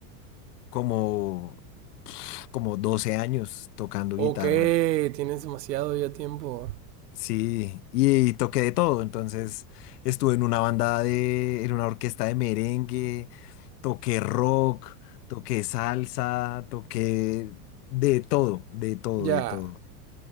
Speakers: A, on the left; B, on the right.
A: como, como 12 años tocando
B: Ok,
A: guitarra.
B: tienes demasiado ya tiempo.
A: Sí, y, toqué de todo, entonces estuve en una banda de, en una orquesta de merengue, toqué rock, toqué salsa, toqué de todo, de todo,
B: Ya.
A: de todo.